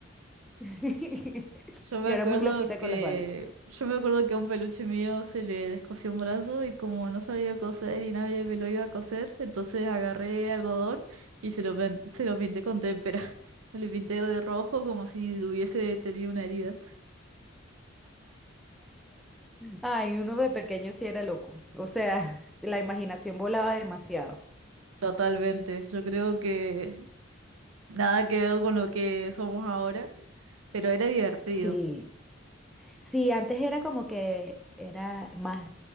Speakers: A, in the centre; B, on the right (about 85°).
A: Sí.
B: Yo me
A: Yo
B: acuerdo
A: era muy loquita
B: que,
A: con las Barbie.
B: yo me acuerdo que a un peluche mío se le descosió un brazo y como no sabía coser y nadie me lo iba a coser, entonces agarré algodón y se lo, pen- se lo pinté con témpera. <laughs> Le pinté de rojo como si hubiese tenido una herida.
A: Ay, uno de pequeño sí era loco. O sea, <laughs> la imaginación volaba demasiado.
B: Totalmente. Yo creo que nada que ver con lo que somos ahora, pero era divertido.
A: Sí, sí, antes era como que era más,